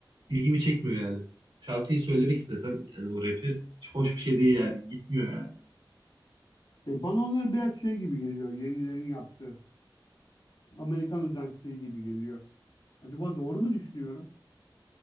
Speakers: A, on the right; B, on the left.
A: ilgimi çekmiyor yani. Şarkıyı söylemek istesem yani bu rapi hiç hoş bir şey değil yani gitmiyor yani.
B: E bana onlar biraz şey gibi geliyor, yenilerin yaptığı. Amerikan özentiliği gibi geliyor. Acaba doğru mu düşünüyorum?